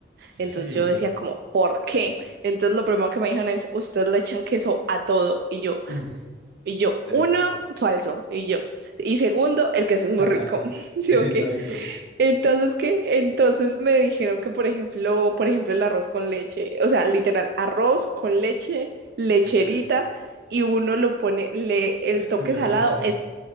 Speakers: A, on the right; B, on the right.
A: Sí.
B: Entonces yo decía como, ¿por qué?
A: Mm.
B: Entonces lo primero que me dijeron es, ustedes le echan queso a todo, y yo,
A: <laughs>
B: y yo,
A: Es...
B: uno, falso, y yo, y segundo, el queso
A: <laughs>
B: es muy rico, <laughs> ¿sí
A: Exacto.
B: o qué? Entonces, ¿qué? Entonces me dijeron que, por ejemplo, por ejemplo, el arroz con leche, o sea, literal, arroz con leche, lecherita,
A: Ok.
B: y uno lo pone, le, el
A: <laughs>
B: toque salado es